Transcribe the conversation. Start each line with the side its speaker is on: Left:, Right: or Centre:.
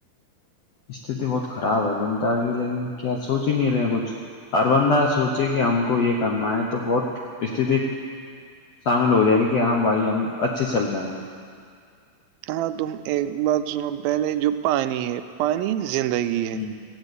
Left: استتی بہت خراب ہے جنتا کی لیکن کیا سوچ ہی نہیں رہے کچھ ہربندہ سوچے کہ ہم کو یہ کرنا ہے تو بہت است شامل ہو جائے کہ ہاں بھائی ہم اچھے چل رہے ہیں
Right: ہاں تم ایک بات سنو پہلے جو پانی ہے پانی زندگی ہے
Left: ہ